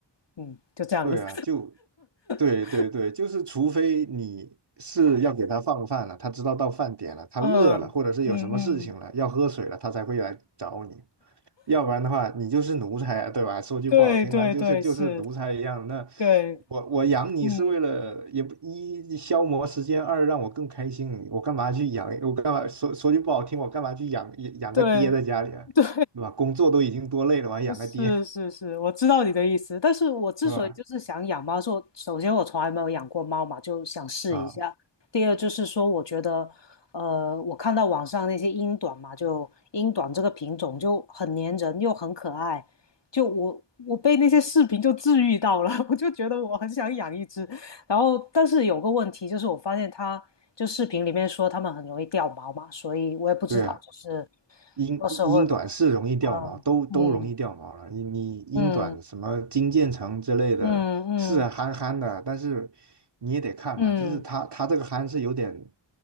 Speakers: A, on the left; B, on the right.
A: 嗯就这样。
B: 对啊，
A: 子。
B: 就对对对，
A: <laughs>
B: 就是除非你是要给它放饭了，它知道到饭点了，它饿了，
A: 嗯嗯嗯，
B: 或者是有什么事情了，要喝水了，它才会来找你。要不然的话，你就是奴才啊，对吧？说句不好听的，
A: 对对对，
B: 就是就是奴才一样。
A: 是，
B: 那
A: 对，
B: 我我养你是为了也不一消磨时间，
A: 嗯，
B: 二让我更开心。我干嘛去养？我干嘛说说句不好听，我干嘛去养养个爹在家里啊，
A: 对对，
B: 对吧？工作都已经多累了，我还养个爹，
A: 是是是，我知道你的意思，但是我之所以就是想养猫，
B: 对吧？
A: 是我首先我从来没有养过猫嘛，就想试一下。
B: 啊，
A: 第二就是说，我觉得，呃，我看到网上那些英短嘛，就英短这个品种就很粘人又很可爱，就我我被那些视频就治愈到了，<laughs> 我就觉得我很想养一只。然后，但是有个问题就是，我发现它就视频里面说它们很容易掉毛嘛，所以我也不知道就是
B: 对啊。英英短是容易掉毛，
A: 到时候会不会，嗯。
B: 都都容易掉毛了。
A: 嗯，
B: 你你英短什么金渐层之类的，
A: 嗯嗯嗯
B: 是憨憨的，但是你也得看嘛，
A: 嗯，
B: 就是它它这个憨是有点，